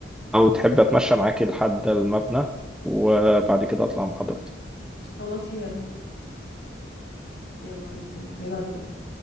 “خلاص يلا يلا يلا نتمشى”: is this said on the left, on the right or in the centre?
Left